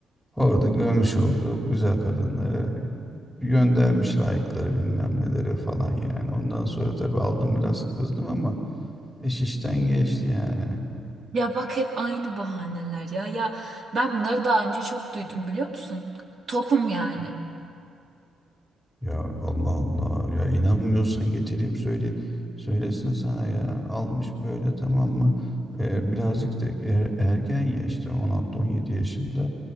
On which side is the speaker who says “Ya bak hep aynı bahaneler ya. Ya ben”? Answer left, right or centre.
Right